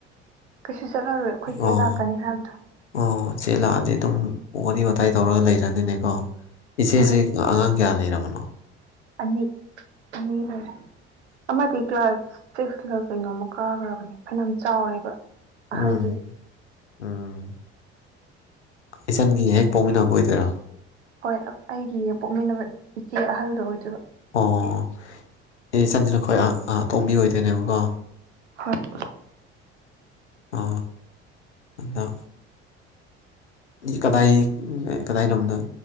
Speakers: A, on the right; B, on the left.
A: ꯀꯩꯁꯨ ꯆꯠꯂꯔꯣꯏ ꯑꯩꯈꯣꯏ ꯆꯦ
B: ꯑꯣ
A: ꯂꯥꯛꯀꯅꯤ ꯍꯥꯏꯕꯗꯣ
B: ꯑꯣ ꯏꯆꯦ ꯂꯥꯛꯑꯗꯤ ꯑꯗꯨꯝ ꯋꯥꯔꯤ ꯋꯥꯇꯥꯏ ꯇꯧꯔꯒ ꯂꯩꯔꯅꯤꯅꯦꯀꯣ ꯏꯆꯦꯁꯤꯦ
A: ꯍꯣꯏ
B: ꯑꯉꯥꯡ ꯀꯌꯥ ꯂꯩꯔꯕꯅꯣ
A: ꯑꯅꯤ ꯑꯅꯤ ꯂꯩꯔꯦ ꯑꯃꯗꯤ ꯀ꯭ꯂꯥꯁ ꯁꯤꯁꯂ ꯀꯩꯅꯣꯃ ꯀꯥꯈ꯭ꯔꯕꯅꯦ ꯐꯅꯌꯥꯝ ꯆꯥꯎꯔꯦꯕ ꯑꯍꯜꯗꯨꯗꯤ
B: ꯎꯝ ꯎꯝ ꯏꯆꯟꯒꯤ ꯍꯦꯛ ꯄꯥꯎꯃꯤꯟꯅꯕ ꯑꯣꯏꯗꯣꯏꯔꯥ
A: ꯍꯣꯏ ꯑꯩꯒꯤ ꯄꯣꯛꯃꯤꯟꯅꯕ ꯏꯆꯦ ꯑꯍꯜꯗꯣ ꯑꯣꯏꯗꯣꯏꯔ
B: ꯑꯣ ꯑꯦ ꯏꯆꯟꯁꯤꯅꯈꯣꯏ ꯇꯣꯝꯕꯤ ꯑꯣꯏꯗꯣꯏꯅꯦꯕꯀꯣ
A: ꯍꯣꯏ
B: ꯑ ꯑꯗ ꯀꯗꯥꯏ ꯀꯗꯥꯏ ꯂꯝꯣꯗꯣ